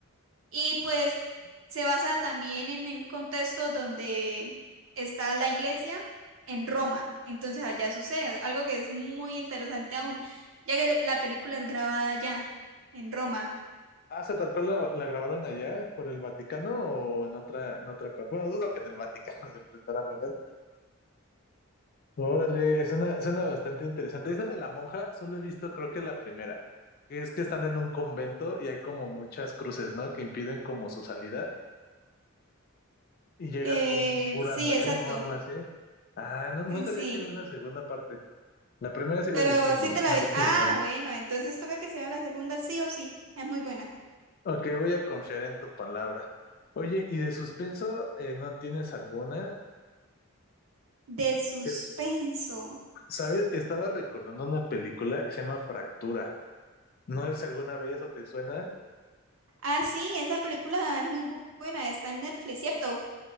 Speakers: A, on the right; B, on the left.
A: y pues se basa también en un contexto donde está la iglesia en Roma. Entonces allá sucede algo que es muy interesante aún, ya que la película es grabada allá, en Roma.
B: Ah, ¿se tal cual la, la grabaron allá por el Vaticano o en otra, en otra? pa- Bueno, dudo que en el Vaticano <laughs> se prestaran, verdad. Órale, suena, suena bastante interesante. Esa de la monja, solo he visto, creo que la primera, que es que están en un convento y hay como muchas cruces, ¿no? Que impiden como su salida y llega
A: Eh,
B: como un cura
A: sí,
B: nuevo
A: exacto.
B: o algo así. Ah, no, no
A: Sí,
B: sabía
A: sí.
B: que había una segunda parte. La primera sí
A: Pero
B: la he visto, me,
A: sí te la
B: me
A: vi.
B: gusta
A: Ah,
B: bastante.
A: bueno, entonces toca que sea la segunda sí o sí. Es muy buena.
B: Ok, voy a confiar en tu palabra. Oye, ¿y de suspenso eh, no tienes alguna?
A: De suspenso.
B: Que, ¿Sabes? Estaba recordando una película que se llama Fractura. No sé si alguna vez o te suena.
A: Ah, sí, esa película es muy bu- buena. Está en Netflix, ¿cierto?